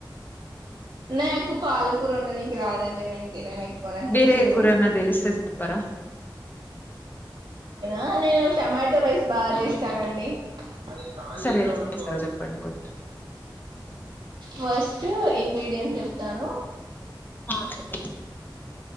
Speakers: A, on the right (about 60°); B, on the left (about 25°).
A: నాకు పాలకూర వండ నీకి రాదండి నేను తినను ఎ నాక్ నచ్చదు
B: వేరే కూరన్నా తెలిస్తే చెప్పరా
A: ఆ నేను టమాటో రైస్ బాగా చేస్తానండి అదే ప్రాణం
B: సరే
A: చేసినా
B: ఎలా
A: అనుకో
B: చేస్తారో చెప్పండి కొంచెం
A: ఫస్ట్ ఇంగ్రీడియంట్స్ చెప్తాను
B: హా చెప్పండి